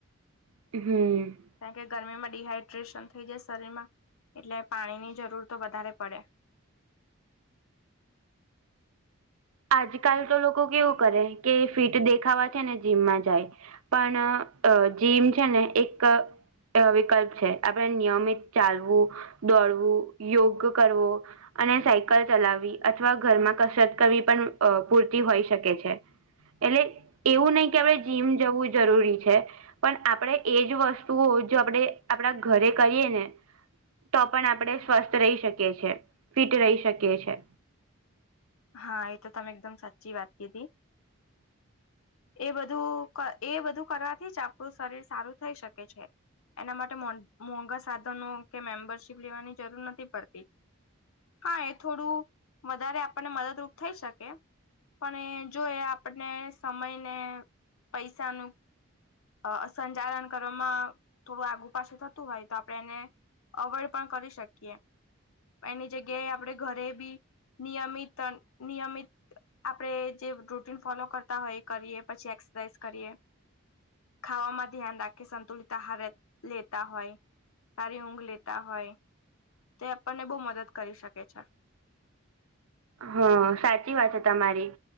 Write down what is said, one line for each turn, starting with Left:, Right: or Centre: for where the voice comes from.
Right: હમ
Left: કારણ કે ગરમીમાં ડડીહાઈડ્રેશન થઈ જાય શરીર માં એટલે પાણી ની જરૂર તો વધારે પડે
Right: આજકાલ તો લોકો કેવું કરે કે ફિટ દેખાવા છે ને જીમમાં જાય પણ અ જીમ છે ને એક વિકલ્પ છે આપણે નિયમિત ચાલવું દોડવું યોગ કરવું અને સાયકલ ચલાવવી અથવા ઘરમાં કસરત કરવી પણ પૂરતી હોઈ શકે છે. એટલે એવું નહ કે આપણે જીમ જવું જરૂરી છે. પણ આપણેે એજ વસ્તુઓ જો આપણે આપણા ઘરે કરીએ ને તો પણ આપણે સ્વસ્થ રહી શકીએ છીએ ફિટ રહી શકીએ છ છેએ.
Left: હા એ તો તમે એકદમ સાચી વાત કીધી એ બધું એ બધું કરવાથી જ આપણું શરીર સારું થઈ શકે છે. એના માટે મો મોંઘા સાધનો કે મેમ્બરશીપ લેવાની જરૂર નથી પડતી. હા એ થોડું વધારે આપણને મદદરૂપ થઈ શકે પણ એ જોય આપને સમય ને પૈસાનુંું અ સંચાલન કરવામાં થોડું આગું પાછું થતું હોય તો આપડે એને અવોઈડ પણ કરી શકીએ એની જગ્યાએ આપડે ઘરે બી નિયમિત નિયમિત આપડે જે રૂટન ફોલો કરતા હોય, એ કરીએ પછી એક્સરસાઇઝ કરીએ ખાવામાં ધ્યાન રાખી સંતુલિત આહાર લેતા હોય, સારી ઊંઘ લેતા હોય તે આપણને બહુ મદદ કરી શકે છે.
Right: હા સાચી વાત છે, તમારી